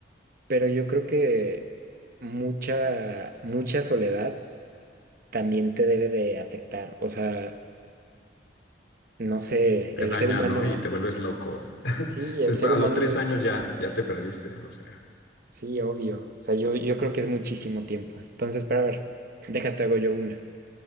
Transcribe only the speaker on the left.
Te
daña,
¿no? Y te vuelves loco.
Después,
a
los tres
años ya, ya te perdiste. O sea,